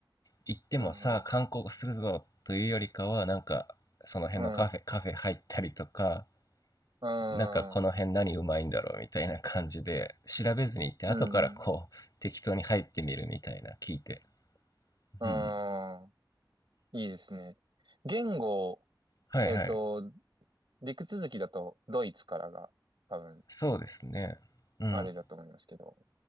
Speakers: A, on the left (about 55°); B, on the right (about 80°).
A: 行ってもさあ観光するぞというよりかは、
B: なるほど。
A: なんか、その辺のカフェ、
B: うん、
A: カフェ入ったりとか、
B: ああ、
A: なんかこの辺何うまいんだろうみたいな感じで、調べずに行って、
B: うん、
A: 後からこう、適当に入ってみるみたいな、聞いて。
B: ああ、
A: うん。
B: いいですね。言語、
A: はいはい。
B: えっと、陸続きだとドイツからが多分、
A: そうですね。うん。
B: あれだと思いますけど、